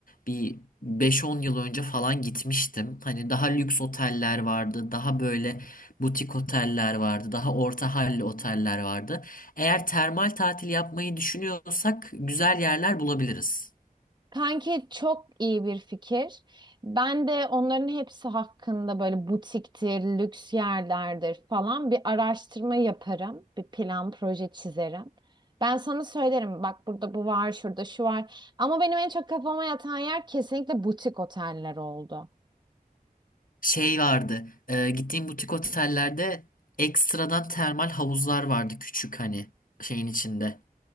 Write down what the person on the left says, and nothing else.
bir beş-on yıl önce falan gitmiştim. Hani daha lüks oteller vardı, daha böyle butik oteller vardı, daha orta halli oteller vardı. Eğer termal tatil yapmayı düşünüyorsak güzel yerler bulabiliriz.
Şey vardı, e, gittiğim butik otellerde ekstradan termal havuzlar vardı küçük hani şeyin içinde.